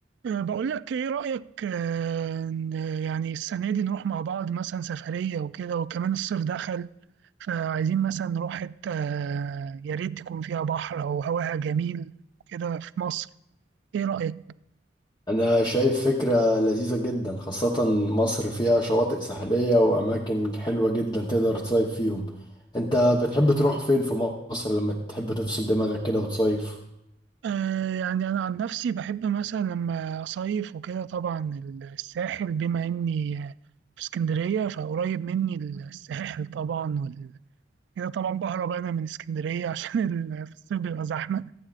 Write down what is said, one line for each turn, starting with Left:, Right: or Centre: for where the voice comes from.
Right: أه، بقول لك ايه رأيك أه، إن يعني السنة دي نروح مع بعض مثلا سفرية وكده وكمان الصيف دخل فعايزين مثلا نروح حتة أه، يا ريت تكون فيها بحر او هواها جميل وكده في مصر ايه رأيك
Left: أنا شايف فكرة لذيذة جدا خاصة مصر فيها شواطئ ساحلية وأماكن حلوة جدا تقدر تصيف فيهم أنت بتحب تروح فين في مصر لما تحب تفصل دماغك كده وتصيف؟
Right: أه، يعني انا عن نفسي بحب مثلا لما اصيف وكده طبعا الساحل بما اني أه، في اسكندرية فقريب مني الساحل طبعا وال... كده طبعا بهرب انا من اسكندرية <laughs> عشان ال- في الصيف بيبقى زحمة